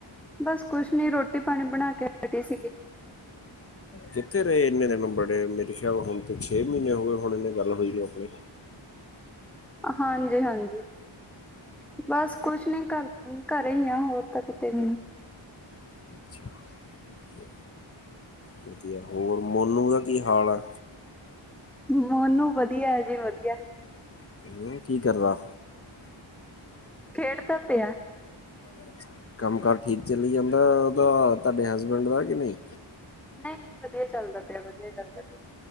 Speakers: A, in the centre; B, on the left.
A: ਬਸ ਕੁਛ ਨੀ ਰੋਟੀ ਪਾਣੀ ਬਣਾ ਕੇ ਹਟੀ ਸੀਗੀ
B: ਕਿੱਥੇ ਰਹੇ ਇੰਨੇ ਦਿਨ ਬੜੇ ਮੇਰੇ ਖਿਆਲ ਹੁਣ ਤੇ ਛੇ ਮਹੀਨੇ ਹੋ ਗਏ ਹੋਣੇ ਇਹਨੇ ਗੱਲ ਹੋਈ ਨੂੰ ਆਪਣੀ
A: ਹਾਂਜੀ ਹਾਂਜੀ ਬਸ ਕੁਛ ਨੀ ਘਰ ਘਰੇ ਹੀ ਆ ਹੋਰ ਤਾਂ ਕਿਤੇ ਵੀ ਨੀ
B: ਅੱਛਾ ਵਧੀਆ ਹੋਰ ਮੋਨੂੰ ਦਾ ਕੀ ਹਾਲ ਆ
A: ਨੋਨੂੰ ਵਧੀਆ ਏ ਜੀ ਵਧੀਆ
B: ਤੇ ਹੁਣ ਕੀ ਕਰਦਾ
A: ਖੇਡਦਾ ਪਿਆ
B: ਅੱਛਾ ਕੰਮ ਕਾਰ ਠੀਕ ਚੱਲੀ ਜਾਂਦਾ ਉਹਦਾ ਤੁਹਾਡੇ ਹਸਬੈਂਡ ਦਾ ਕਿ ਨਹੀਂ
A: ਨਹੀਂ ਨਹੀਂ ਵਧੀਆ ਚੱਲਦਾ ਪਿਆ ਵਧੀਆ ਚੱਲਦਾ ਪਿਆ